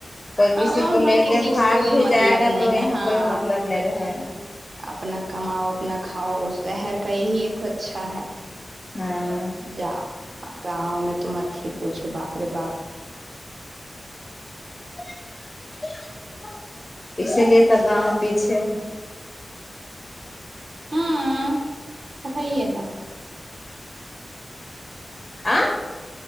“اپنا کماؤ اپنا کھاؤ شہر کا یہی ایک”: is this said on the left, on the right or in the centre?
Right